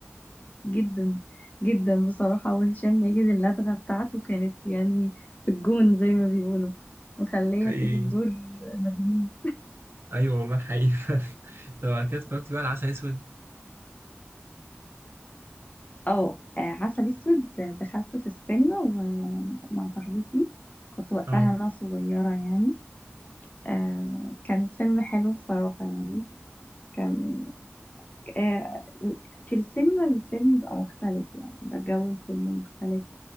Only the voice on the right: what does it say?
حقيقي
أيوة والله حقيقي <laughs> طب على كده اتفرجت بقى على عسل أسود؟
اه